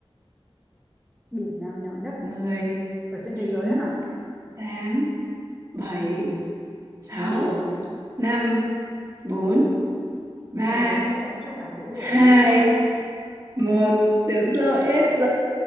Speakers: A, in the centre; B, on the right (about 35°).
A: biển nào nhỏ nhất
B: mười
A: ở trên
B: chín
A: thế giới á hả
B: tám bảy sáu
A: biển
B: năm bốn ba
A: này đố mẹo chứ không phải đố địa
B: hai
A: lý đúng không
B: một Đúng rồi, yes